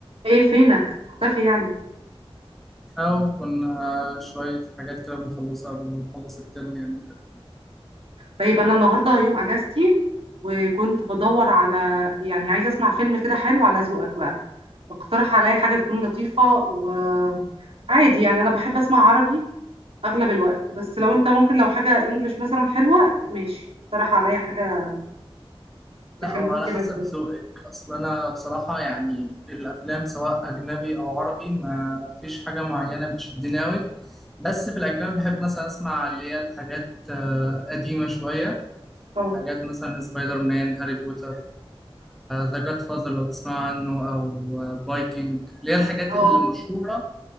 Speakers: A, on the right (about 70°); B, in the centre.
A: ايه فينك مختفي يعني
B: أو كنا شوية حاجات كده بنخلصها قبل ما نخلص الترم يعني كده
A: طيب انا النهارده يوم اجازتي وكنت بدور على يعني عايزه اسمع فيلم كده حلو على ذوقك بقى اقترح عليا حاجه تكون لطيفه وعادي يعني انا بحب اسمع عربي اغلب الوقت بس لو انت ممكن لو حاجه انجليش مثلا حلوه ماشي اقترح عليا حاجه
B: لا
A: تخليني
B: وعلى
A: كده
B: حسب
A: بص
B: ذوقك أصل أنا بصراحة يعني الأفلام سواء أجنبي أو عربي ما فيش حاجة معينة بتشدني أوي بس في الأجنبي بحب مثلا أسمع اللي هي الحاجات آه، قديمة شوية
A: اه
B: حاجات مثلا سبايدر مان هاري بوتر ذا جاد فاذر لو تسمع عنه أو فايكنج اللي هي الحاجات
A: آه،
B: المشهورة